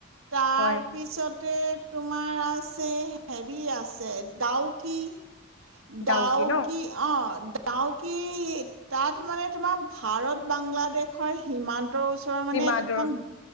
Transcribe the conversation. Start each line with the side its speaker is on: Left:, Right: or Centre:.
Right: তাৰ
Left: হয়
Right: পিছত, তে তোমাৰ আছে হেৰি আছে ডাউকী - দাও
Left: ডাউকি ন
Right: কি অ <unintelligible> ডাউকী তাত মানে তোমাৰ- ভাৰত বাংলাদেশৰ সীমান্- ৰ ওচৰৰ মানে
Left: ডিমাটোৰ
Right: এখন-